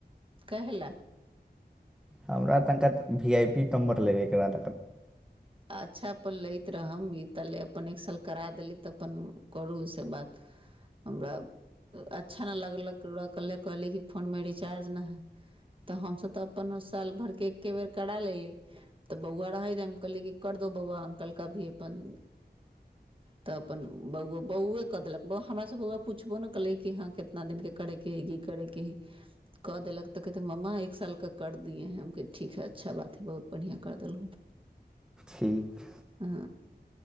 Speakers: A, on the right; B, in the centre.
A: काहेला।
B: हमरा तनिका, भी आइ पी, नम्बर लेबै एकरा।
A: अच्छा अपन लैत रहम, ई तले अपन एक साल करा देली तऽ अपन करू ओसँ बात। हमरा अच्छा नहि लगलक, ओकरा कल्हे कहली कि फोन में रिचार्ज नहि हइ। तऽ हमसभ तऽ अपन साल भरके एके बेर करा लेली, तऽ बौआ रहे न हम कहली कि। कर दो बौआ, अंकल का भी अपन। तऽ अपन बौआ, बौए कऽ देलक हमरा सब बौआ पुछबो ने कलै कि हँ कितना दिन के करे। कह गी करे केहि। कऽ देलक तऽ कहैतै, मम्मा एक सालके करि दियै है, हम कही ठीक हइ अच्छा बात हइ बहुत बढ़िआँ कर दलहुँ।
B: ठीक
A: आ।